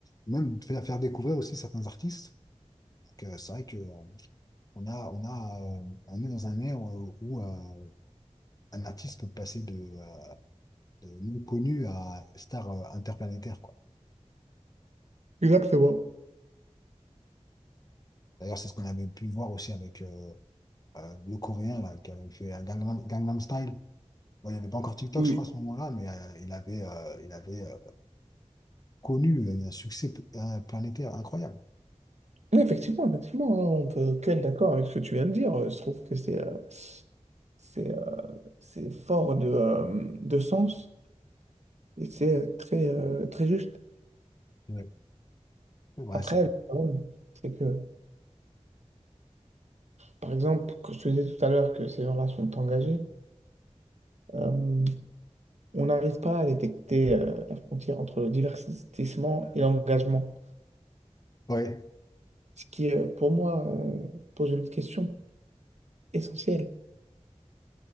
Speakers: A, on the left; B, on the right.
A: Même faire, faire découvrir aussi certains artistes. Donc, euh, c'est vrai que, euh, on a, on a, euh, on est dans un ère euh, où euh, un artiste peut passer de, euh, de non connu à star euh, interplanétaire, quoi.
B: Exactement.
A: D'ailleurs, c'est ce qu'on avait pu voir aussi avec euh, euh, le Coréen là, qui avait fait un Gangnam, Gangnam Style. Bon, il n'y avait pas encore TikTok,
B: Oui.
A: je crois, à ce moment-là, mais euh, il avait, euh, il avait euh, connu euh, un succès p- un planétaire incroyable.
B: Mais effectivement, effectivement, hein, on peut que être d'accord avec ce que tu viens de dire. Euh, Je trouve que c'est euh, c'est euh, c'est fort de, euh, de sens et c'est euh, très, euh, très juste.
A: Ouais. Ouais,
B: Après,
A: ça-
B: le problème, c'est que, par exemple, quand je te disais tout à l'heure que ces gens-là sont engagés, euh, on n'arrive pas à détecter euh, la frontière entre le divertissement et l'engagement.
A: ouais.
B: Ce qui, euh, pour moi, euh, pose une question essentielle.